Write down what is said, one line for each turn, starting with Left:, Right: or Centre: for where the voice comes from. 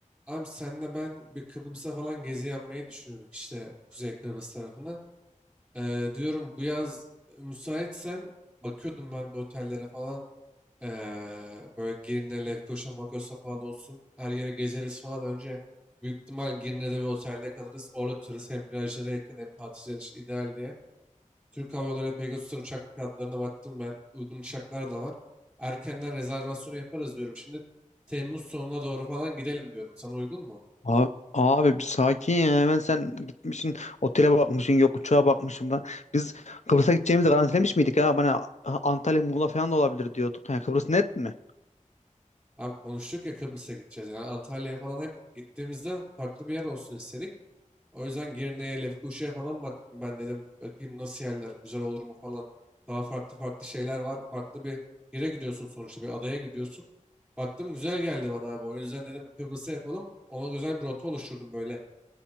Centre: Abi senle ben bir Kıbrıs'a falan gezi yapmayı düşünüyorduk işte Kuzey Kıbrıs tarafına. Ee, diyorum bu yaz e, müsaitsen bakıyordum ben de otellere falan. Ee, böyle Girne, Lefkoşa, Makos'a falan olsun. Her yere gezeriz falan. Önce büyük ihtimal Girne'de bir otelde kalırız. Orada tutarız hem plajlara yakın hem tatiller için ideal diye. Türk Hava Yolları Pegasus'tan uçak fiyatlarına baktım ben. Uygun uçaklar da var. Erkenden rezervasyonu yaparız diyorum. Şimdi Temmuz sonuna doğru falan gidelim diyorum. Sana uygun mu?
Left: Abi, abi bir sakin ya hemen sen gitmişsin otele bakmışsın yok uçağa bakmışsın ben. Biz Kıbrıs'a gideceğimizi garantilemiş miydik ha? Bana Antalya Muğla falan da olabilir diyorduk. Yani Kıbrıs net mi?
Centre: Abi konuştuk ya Kıbrıs'a gideceğiz. Yani Antalya'ya falan hep gittiğimizden farklı bir yer olsun istedik. O yüzden Girne'ye, Lefkoşa'ya falan bak ben dedim bakayım nasıl yerler, güzel olur mu falan. Daha farklı farklı şeyler var. Farklı bir yere gidiyorsun sonuçta bir adaya gidiyorsun. Baktım güzel geldi bana abi. O yüzden dedim Kıbrıs'a yapalım. Ona güzel bir rota oluşturdum böyle.